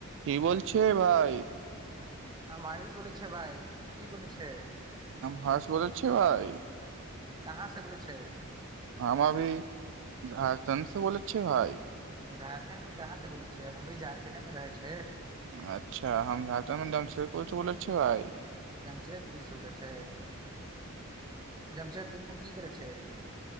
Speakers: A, on the right (about 60°); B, on the right (about 20°).
A: की बोलछे भाइ
B: हम आयूष बोलै बोलैइछियो भाई
A: हर्ष बोलैछीयो भाई
B: कहाँसे बोलै छै
A: हम अभी झारखंड से बोलै छियो भाई
B: झारखण्ड मे कहाँसँ बोलै छियै हम भी झारखण्डेमे रहै छियै
A: अच्छा हम झता मैड से बोलय छियौ भाइ
B: जमशेदपुरसँ बोलै छै जमशेदपुरमे की करै छै